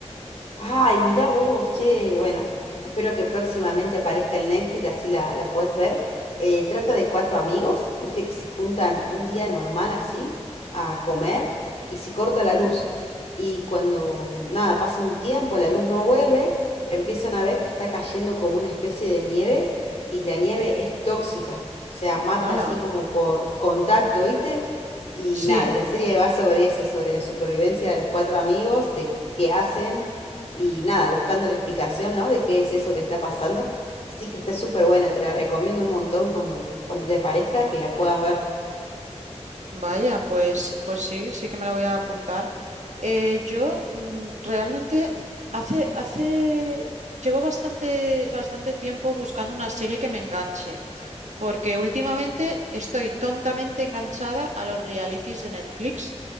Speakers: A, on the left; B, on the right.
A: Ay, mirá vos, che, bueno, espero que próximamente aparezca en Netflix, así la, la podés ver. Eh, trata de cuatro amigos, viste, que se juntan un día normal así a comer y se corta
B: Ujú.
A: la luz. Y cuando, nada, pasa un tiempo, la luz no vuelve, empiezan a ver que está cayendo como una especie de nieve y la nieve es tóxica, o sea, mata
B: Hala.
A: así como por contacto, viste. Y
B: Sí,
A: nada, y la serie va sobre eso, sobre la supervivencia de los cuatro amigos, de qué hacen y nada, buscando la explicación, ¿no? De qué es eso que está pasando. Así que está súper buena, te la recomiendo un montón cuando, cuando te aparezca, que la puedas ver.
B: vaya, pues, pues sí, sí que me la voy a apuntar. Eh, yo mm, realmente hace, hace, llevo bastante, bastante tiempo buscando una serie que me enganche, porque últimamente estoy tontamente enganchada a los realities de Netflix.